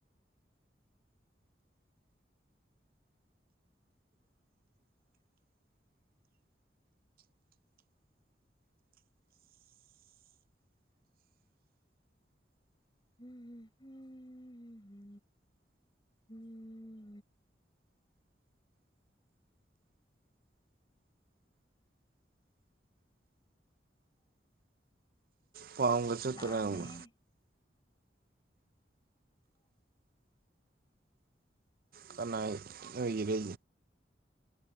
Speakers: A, on the left; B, on the right.
A: <inaudible> ꯎꯝ ꯎꯝ
B: ꯄꯍꯝꯒꯁꯦ
A: ꯂꯥꯡꯉꯦꯍꯦ
B: ꯇꯨꯔꯕ ꯀꯅꯥ ꯑꯣꯏꯔ